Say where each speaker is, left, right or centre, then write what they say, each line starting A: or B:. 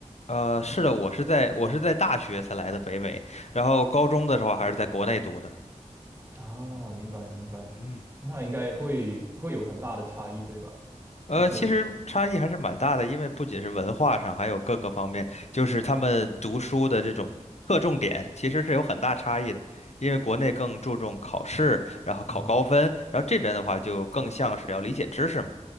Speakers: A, on the left (about 60°); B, on the right (about 20°).
A: 呃，是的，我是在我是在大学才来的北美，然后高中的时候还是在国内读的。
B: 啊，明白明白，
A: 嗯，
B: 那应该会会有很大的差异，对吧？
A: 呃，
B: 就是
A: 其实差异还是蛮大的，因为不仅是文化上，还有各个方面，就是他们读书的这种侧重点其实是有很大差异的。因为国内更注重考试，然后考高分，
B: 嗯哼
A: 然后这边的话就更像是要理解知识嘛。